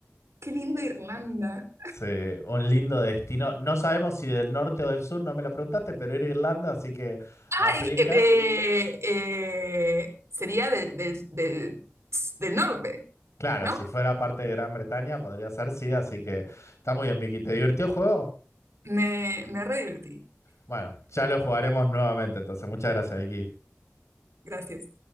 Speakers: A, on the right (about 75°); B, on the left (about 85°).
A: ¡qué linda Irlanda!
B: sí, un lindo destino. No sabemos si del norte o del sur, no me lo preguntaste, pero era Irlanda, así que
A: Ay,
B: aplica.
A: eh, eh, eh, sería del, del, del, del norte,
B: Claro,
A: ¿no?
B: si fuera parte de Gran Bretaña, podría ser sí, así que está muy bien, Vicky. ¿Te divirtió el juego?
A: Me, me re divertí.
B: Bueno, ya lo jugaremos nuevamente, entonces. Muchas gracias, Vicky.
A: Gracias.